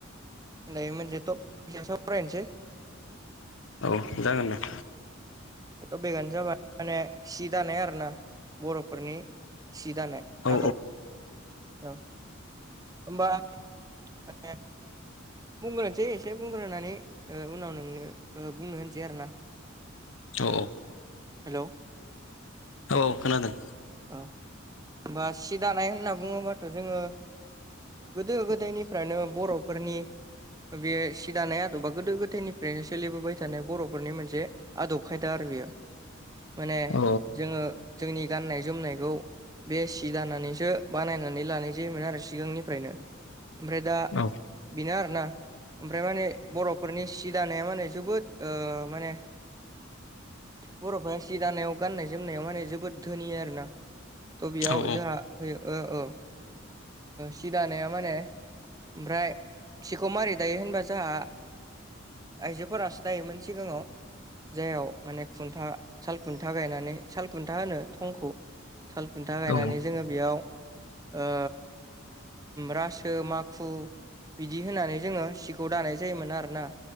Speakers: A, on the right; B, on the left.
A: दायो मोनसे टपिक सायाव सावरायनोसै
B: औ जागोन दे
A: टपिकआनो जाबाय माने सि दानाय आरोना बर'फोरनि सि दानाय
B: औ
A: आदब औ होमबा माने बुंग्रोनोसै एसे बुंग्रोनानै ओ उनाव नोंनो ओ बुंनो होनसै आरो ना
B: औ औ
A: हेलौ'
B: औ औ खोनादों
A: अ होमबा सि दानाय होनना बुङोबाथ' जोङो गोदो गोदायनिफ्रायनो बर'फोरनि बे सि दानाया द'बा गोदो गोदायनिफ्रायनो सोलिबोबाय थानाय बर'फोरनि मोनसे आदब खायदा आरो बेयो माने
B: औ
A: जोङो जोंनि गाननाय जोमनायखौ बे सि दानानैसो बानायनानै लानाय जायोमोन आरो सिगांनिफ्रायनो ओमफ्राय दा
B: औ
A: बेनो आरो ना। ओमफ्राय माने बर'फोरनि सि दानाया माने जोबोद ओ माने बर'फोरा सि दानायाव गाननाय जोमनायाव माने जोबोद धोनि आरो। त' बेयाव
B: औ
A: जोंहा फैयो ओ औ। सि दानाया माने ओमफ्राय सिखौ मारै दायो होनबा जोंहा आइजोफोरासो नायोमोन सिगाङाव। जायाव माने खुन्था साल खुन्था गायनानै साल खुन्था होनो थंखौ। साल खुन्था गायनानै
B: औ
A: जोङो बेयाव ओ रासो, माखु बिदि होनानै जोङो सिखौ दानाय जायोमोन आरोना